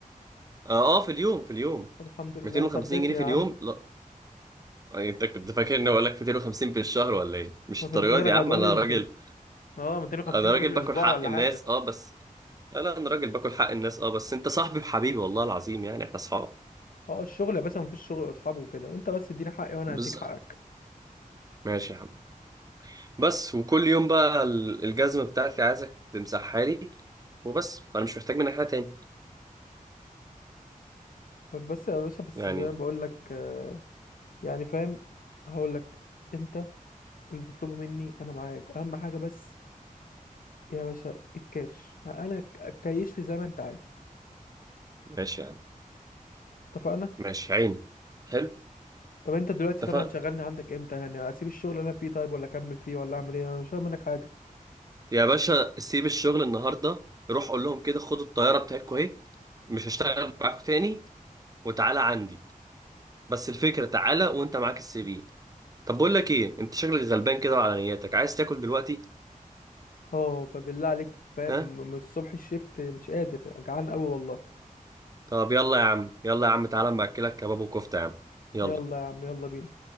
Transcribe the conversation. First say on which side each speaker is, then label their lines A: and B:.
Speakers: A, on the right (about 25°); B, on the left (about 75°).
A: اه آه، في اليوم في اليوم
B: طب الحمد لله
A: 250
B: انا خضتني
A: جنيه في
B: يا عم
A: اليوم لا يعني انت كنت فاكر اني اقول لك 250 في الشهر ولا ايه مش
B: ما
A: الدرجه
B: كنت فاكرك
A: دي يا عم
B: هتقول
A: انا
B: لي 200
A: راجل
B: اه 250
A: انا
B: جنيه
A: راجل
B: في الاسبوع
A: باكل حق
B: ولا
A: الناس
B: حاجه
A: اه بس لا لا انا راجل باكل حق الناس اه بس انت صاحبي بحبيبي والله العظيم يعني احنا اصحاب
B: اه الشغل يا باشا مفيش شغل اصحابه وكده انت بس اديني حقي وانا
A: بز
B: هديك حقك
A: ماشي يا عم بس وكل يوم بقى ال- الجزمه بتاعتي عايزك تمسحها لي وبس انا مش محتاج منك حاجه تاني
B: بس يا باشا بس
A: يعني
B: زي ما بقول لك آه، يعني فاهم هقول لك انت اللي تطلبه مني انا معاك اهم حاجه بس يا باشا الكاش انا ك- كيش لي زي ما انت عايز
A: ماشي يا عم
B: اتفقنا
A: ماشي عيني حلو
B: طب انت دلوقتي
A: اتفقنا
B: طب هتشغلني عندك امتى يعني اسيب الشغل اللي انا فيه طيب ولا اكمل فيه ولا اعمل ايه انا مش فاهم منك حاجه
A: يا باشا سيب الشغل النهارده روح قول لهم كده خدوا الطياره بتاعتكم اهي مش هشتغل معاكم تاني وتعالى عندي بس الفكره تعالى وانت معاك السي في طب بقول لك ايه انت شكلك غلبان كده وعلى نياتك عايز تاكل دلوقتي
B: اه فبالله عليك فاهم
A: ها
B: من الصبح الشفت مش قادر جعان قوي والله
A: طب يلا يا عم يلا يا عم تعالى اما اكلك كباب وكفته يا عم يلا
B: يلا يا عم يلا بينا